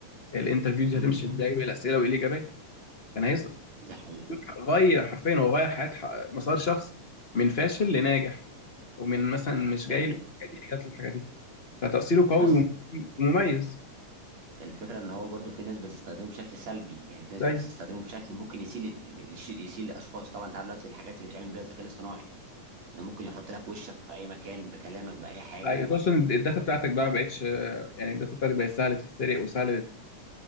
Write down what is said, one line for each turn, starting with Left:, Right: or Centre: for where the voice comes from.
Left: الانترفيو دي
Right: امم
Left: هتمشي ازاي وايه الأسئلة وايه الإجابات كان هيسقط
Right: ده حقيقي
Left: غير حرفيا هو غير حياة ح- مسار شخص من فاشل لناجح ومن مثلا مش
Right: ده
Left: جاي
Right: حقيقي
Left: له الحاجة دي اللي جات له الحاجة دي فتأثيره قوي
Right: بس
Left: ومميز
Right: الفكره ان هو برضو في ناس بتستخدمه بشكل سلبي يعني في ناس
Left: طيب
Right: بتستخدمه بشكل ممكن يسيء لل- للش- يسيء لاشخاص طبعا انت عارف دلوقتي الحاجات اللي بيتعمل بيها الذكاء الاصطناعي انه ممكن يحط لك وشك في اي مكان بكلامك باي حاجه
Left: ايوه خصوصا الداتا
Right: انا
Left: بتاعتك
Right: بصراحه
Left: بقى ما بقتش آه، يعني الداتا بتاعتك بقت سهلة تتسرق وسهلة